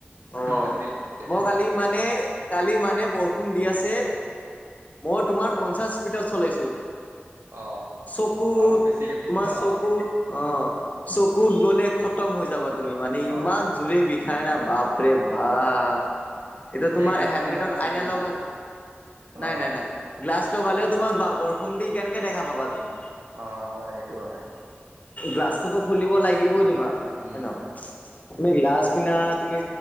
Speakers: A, on the left; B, on the right.
A: অ
B: ময়ো ফিল এইটো
A: মই কালি মানে। কালি মানে বৰষুণ দি আছে মই তোমাৰ পঞ্চাশ স্পীডত চলাইছোঁ।
B: অ',
A: চকুত
B: আৰু বেছিকে বিষ
A: তোমাৰ
B: অ',
A: চকুত। অ চকুত গলে খতম হৈ যাবা তুমি মানে
B: হয়,
A: ইমান
B: হয়
A: জোৰে বিষাই না বাপ বাপ ৰে
B: অ',
A: বাপ এতিয়া তোমাৰ
B: এই গ্লাছ
A: হেলমেটত
B: পিন্ধা নাছিল
A: আইন
B: নেকি?
A: লগা নাই
B: অ',
A: নাই নাই, গ্লাছ লগালেও তোমাৰ বৰষুণ দি কেনেকে দেখা পাবা তুমি।
B: অ হয় এইটো হয়।
A: গ্লাছটোতো খুলিব লাগিবই তোমাৰ
B: উম,
A: এনেও। তুমি গ্লালাচ পিন্ধা তুমি